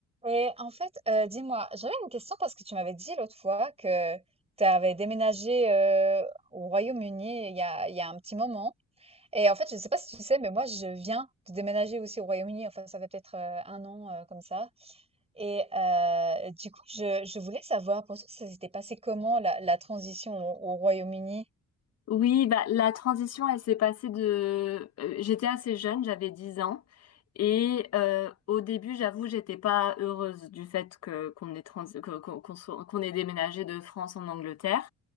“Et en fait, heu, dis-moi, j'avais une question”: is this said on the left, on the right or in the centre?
Right